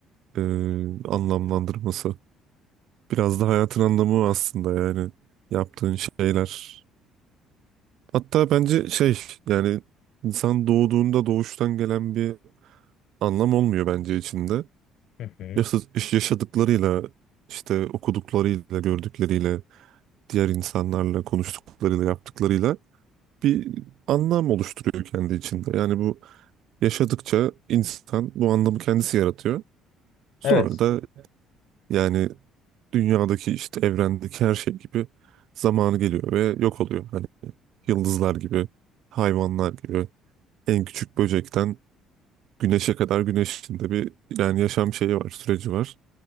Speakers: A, on the right; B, on the left.
A: e, anlamlandırması. Biraz da hayatın anlamı o aslında yani yaptığın şeyler. Hatta bence şey yani insan doğduğunda doğuştan gelen bir anlam olmuyor bence içinde.
B: hı hı.
A: Yaşa- Yaşadıklarıyla işte okuduklarıyla gördükleriyle diğer insanlarla konuştuklarıyla yaptıklarıyla bir anlam oluşturuyor kendi içinde. Yani bu yaşadıkça insan bu anlamı kendisi yaratıyor. Sonra
B: Evet.
A: da yani dünyadaki işte evrendeki her şey gibi zamanı geliyor ve yok oluyor. Hani yıldızlar gibi, hayvanlar gibi, en küçük böcekten güneşe kadar güneşin de bir yani yaşam şeyi var, süreci var.